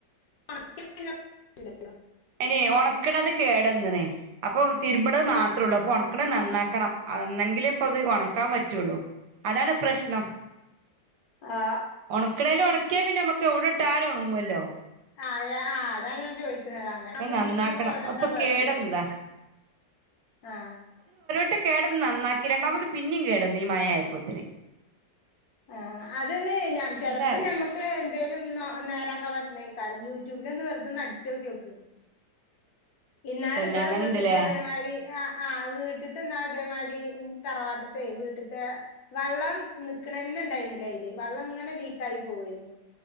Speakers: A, on the left (about 65°); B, on the right (about 75°).
A: ഒണക്ക്യാ പിന്നെ <unintelligible>
B: അയിനെ ഉണക്കണത് കേടന്നണേ അപ്പൊ തിര്മ്പ്ണത് മാത്രൊള്ളൂ അപ്പൊ ഒണക്ക്ണത് നന്നാക്കണം അന്നെങ്കിലേ പ്പത് ഒണക്കാൻ പറ്റ്വോള്ളൂ. അതാണ് പ്രശ്നം.
A: ആ
B: ഒണക്കണേല് ഒണക്ക്യാ പിന്നെമ്മക്ക് യൗടെട്ടാലൊണങ്ങൊല്ലോ
A: ആഹ് യാ ആ താ ഞാൻ ചോയ്ക്ക്ണെ. അങ്ങനെ ആവുമ്പോ
B: അത് നന്നാക്കണം
A: പിന്നെപ്പ നമക്ക് എവടെ
B: അതിപ്പൊ
A: ഇട്ടാലും കുഴപ്പില്ല
B: കേടന്നതാ
A: ആ
B: ട്ട് കേടന്ന് നന്നാക്കി രണ്ടാമത് പിന്നിം കേടന്ന് ഈ മയായപ്പോത്തിന്.
A: ആഹ് അതെന്നെ ഞ ചെലപ്പം
B: അറിയില്ല
A: ഞമ്മക്ക് പെരും നോ നേരാക്കാൻ പറ്റ്ണേകാരം യൂട്യൂബിലൊന്ന് വെർതൊന്ന് അടിച്ചോക്ക്യോക്ക്. ഇന്നാലും
B: പിന്നെ
A: ബടെ
B: അങ്ങനെ
A: വീട്ട്ത്തെ
B: ഉണ്ടല്ലേ
A: ഇതേമാരി ആഹ് ആഹ് വീട്ട്ത്തെ ന്നാൾ ഇതേമാരി തറവാട്ട്ത്തെ വീട്ട്ത്തെ വള്ളം നി ക്ക്ണെന്നെ ണ്ടായിര്ന്നില്ല അയില് വള്ളം ങ്ങനെ ലീക്കായി പോവേര്ന്നു.